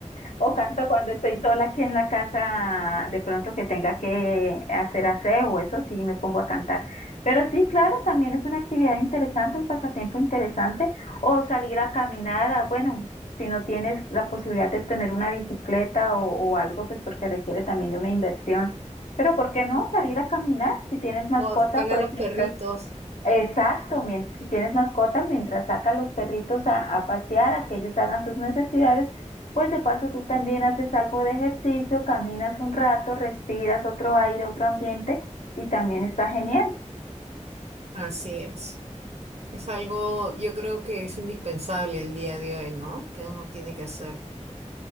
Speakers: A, on the left; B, on the right.
A: O canto cuando estoy sola aquí en la casa, de pronto que tenga que hacer aseo, eso sí, me pongo a cantar. Pero sí, claro, también es una actividad interesante, un pasatiempo interesante, o salir a caminar, a- bueno, si no tienes la posibilidad de tener una bicicleta o, o algo, pues porque requiere también de una inversión. Pero ¿por qué no salir a caminar? Si tienes mascota,
B: O sacar
A: pues
B: a los
A: mientras
B: perritos.
A: Exacto, mien- si tienes mascota, mientras saca a los perritos a, a pasear, a que ellos hagan sus necesidades, pues de paso tú también haces algo de ejercicio, caminas un rato, respiras otro aire, otro ambiente y también está genial.
B: Así es. Es algo, yo creo que es indispensable el día de hoy, ¿no? Que uno tiene que hacer